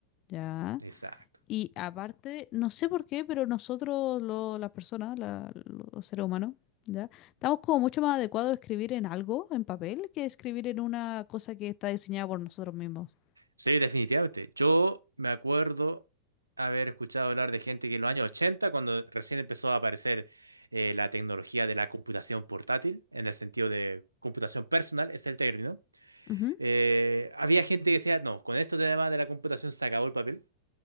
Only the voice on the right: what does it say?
exacto.
Sí, definitivamente. Yo me acuerdo haber escuchado hablar de gente que en los años 80, cuando recién empezó a aparecer eh, la tecnología de la computación portátil, en el sentido de computación personal, es el término,
eh, había gente que decía, no, con esto además de la computación se acabó el papel